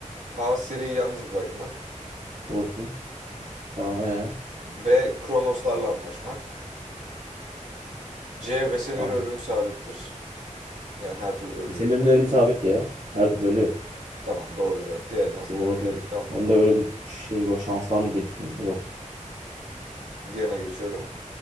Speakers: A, on the right; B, on the right.
A: A. Ciri'yi yalnız bırakmak.
B: Dur bakayım. Tamam ee.
A: B. Kronoslarla anlaşmak. C. Vesemir'in
B: Tamam.
A: ölümü sabittir. Yani her türlü ölüyor.
B: Semir'in ölümü sabit ya. Her türlü ölüyor.
A: Tamam doğru cevap. Diğerini okumama
B: Semir ölümü
A: gerek
B: sabit.
A: kalmadı
B: Ben
A: o
B: de öyle
A: zaman.
B: bir şey var, şans var mı diye düşündüm. Yok.
A: Diğerine geçiyorum.